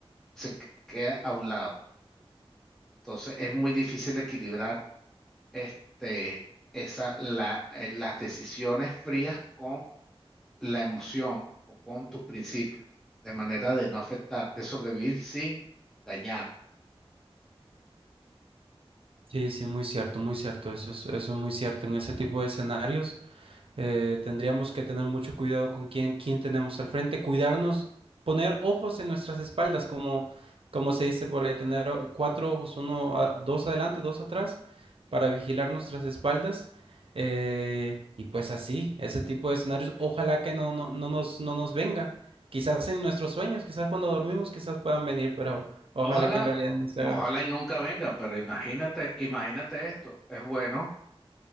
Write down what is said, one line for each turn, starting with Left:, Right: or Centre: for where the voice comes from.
Centre: se qu- queda a un lado. Entonces es muy difícil equilibrar este, esa, la- eh, las decisiones frías con la emoción o con tus principios, de manera de no afectar, de sobrevivir sin dañar.
Right: Sí, sí, muy cierto, muy cierto. Eso es, eso es muy cierto. En ese tipo de escenarios. eh, tendríamos que tener mucho cuidado con quién, quién tenemos al frente, cuidarnos, poner ojos en nuestras espaldas, como, como se dice por ahí, tener o- cuatro ojos, uno, a- dos adelante, dos atrás, para vigilar nuestras espaldas. eh, y pues así, ese tipo de escenarios, ojalá que no, no, no nos, no nos venga. Quizás en nuestros sueños, quizás cuando dormimos, quizás puedan venir, pero ojalá
Centre: Ojalá,
Right: que en realidad no se
Centre: ojalá
Right: haga.
Centre: y nunca venga, pero imagínate, imagínate esto, es bueno,